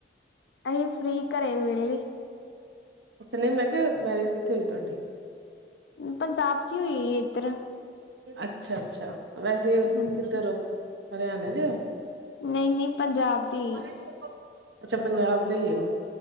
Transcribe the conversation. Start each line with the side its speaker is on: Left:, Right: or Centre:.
Left: ਅਹੀ ਫਰੀ ਘਰੇ ਵੇਹਲੇ।
Right: ਅੱਛਾ ਨਹੀਂ ਮੈਂ ਕਿਹਾ ਮੈਰਿਜ ਕਿੱਥੇ ਹੋਈ ਤੁਹਾਡੀ?
Left: ਪੰਜਾਬ ਚ ਹੀ ਹੋਈ ਆ ਜੀ ਏਧਰ
Right: ਅੱਛਾ, ਅੱਛਾ ਵੈਸੇ
Left: ਹਾਂਜੀ
Right: ਕਿੱਧਰ ਹੋ ਹਰਿਆਣੇ ਦੇ ਹੋ
Left: ਨਹੀਂ, ਨਹੀਂ ਪੰਜਾਬ ਦੀ
Right: <unintelligible> ਅੱਛਾ ਪੰਜਾਬ ਦੇ ਹੀ ਓ।